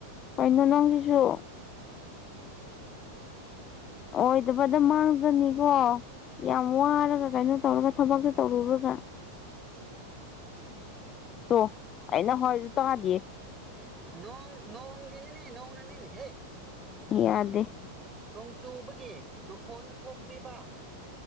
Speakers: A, on the left; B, on the right.
A: ꯀꯩꯅꯣ ꯅꯪꯁꯤꯁꯨ ꯑꯣꯏꯗꯕꯗ ꯃꯥꯡꯖꯅꯤꯀꯣ ꯌꯥꯝ ꯋꯥꯔꯒ ꯀꯩꯅꯣ ꯇꯧꯔꯒ ꯊꯕꯛꯇꯣ ꯇꯧꯔꯨꯔꯒ ꯇꯣ ꯑꯩꯅ ꯍꯣꯏꯁꯨ ꯇꯥꯗꯦ
B: ꯅꯣꯡ ꯅꯣꯡꯒꯤꯅꯤꯅꯦ ꯅꯣꯡꯅꯅꯤ ꯅꯦꯍꯦ
A: ꯌꯥꯗꯦ
B: ꯅꯣꯡ ꯆꯨꯕꯒꯤ ꯃꯈꯣꯟꯅ ꯊꯣꯛꯄꯅꯦꯕ